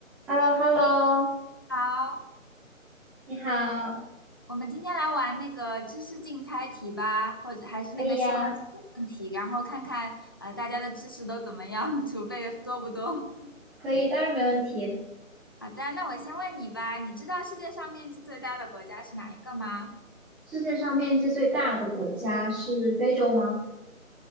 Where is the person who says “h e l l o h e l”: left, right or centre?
Centre